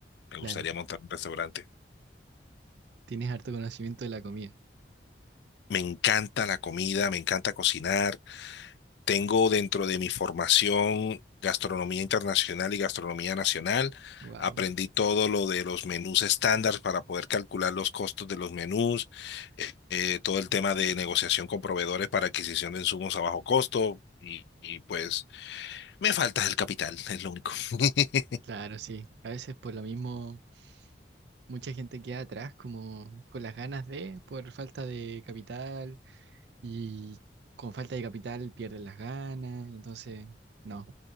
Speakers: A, on the left; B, on the right.
A: Me
B: claro,
A: gustaría montar un restaurante.
B: tienes harto conocimiento de la comida.
A: Me encanta la comida, me encanta cocinar. Tengo dentro de mi formación gastronomía internacional y gastronomía nacional.
B: Wow,
A: Aprendí todo lo de los menús estándar para poder calcular los costos de los menús, eh, eh, todo el tema de negociación con proveedores para adquisición de insumos a bajo costo y, y, pues me falta el capital, <laughs> es lo único. <laughs>
B: claro, sí. A veces por lo mismo mucha gente queda atrás como con las ganas de, por falta de capital y con falta de capital pierden las ganas, entonces no.